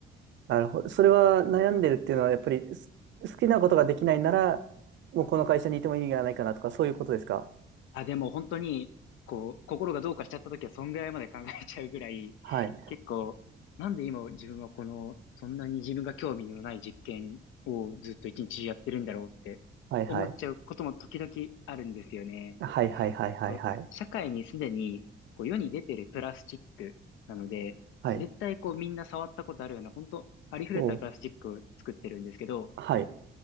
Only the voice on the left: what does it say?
あ、でも本当に、こう、心がどうかしちゃった時は、そんぐらいまで考えちゃうぐらい、
結構、なんで今自分はこの、そんなに自分が興味のない実験をずっと一日中やってるんだろうって思っちゃうことも時々あるんですよね。
こう社会にすでにこう世に出てるプラスチックなので、
絶対こうみんな触ったことあるような、本当ありふれたプラスチックを作ってるんですけど、